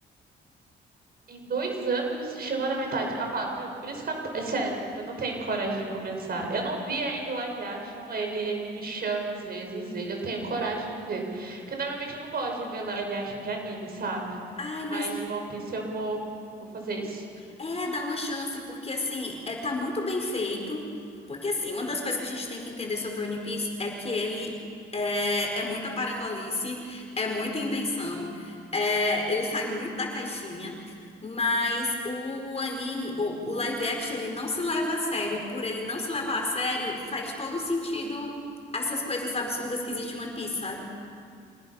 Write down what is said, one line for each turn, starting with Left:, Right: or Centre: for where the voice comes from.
Right: Em dois anos você chegou na metade. Ah lá, viu? Por isso que eu não... é sério, eu não tenho coragem de começar. Eu não vi ainda o live action, ele, ele me chama às vezes, ele eu tenho coragem de ver. Porque normalmente eu não gosto de ver live action de anime, sabe?
Left: Ai,
Right: Mas
Left: mas
Right: de One Piece eu vou, vou fazer isso.
Left: é, dá uma chance, porque assim, é, tá muito bem feito. Porque assim, uma das coisas que a gente tem que entender sobre o One Piece é que ele é, é muita parangolice, é muita invenção, é, ele sai muito da caixinha. Mas o anime, o, o live action, ele não se leva a sério. E por ele não se levar a sério, faz todo sentido essas coisas absurdas que existem em One Piece, sabe?